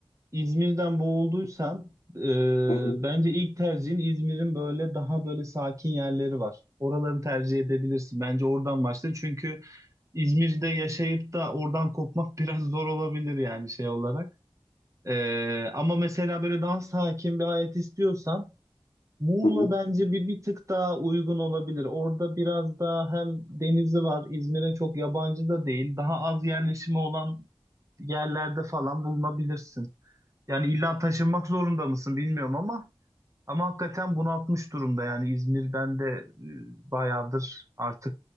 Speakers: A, on the right; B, on the left.
A: İzmir'den boğulduysan e,
B: Hı hı,
A: bence ilk tercihin İzmir'in böyle daha böyle sakin yerleri var. Oraları tercih edebilirsin. Bence oradan başla. Çünkü İzmir'de yaşayıp da oradan kopmak <laughs> biraz zor olabilir yani şey olarak. E, ama mesela böyle daha sakin bir hayat istiyorsan Muğla
B: hı hı.
A: bence bir, bir tık daha uygun olabilir. Orada biraz daha hem denizi var, İzmir'e çok yabancı da değil. Daha az yerleşimi olan yerlerde falan bulunabilirsin. Yani illa taşınmak zorunda mısın bilmiyorum ama ama hakikaten bunaltmış durumda yani İzmir'den de e, bayağıdır artık.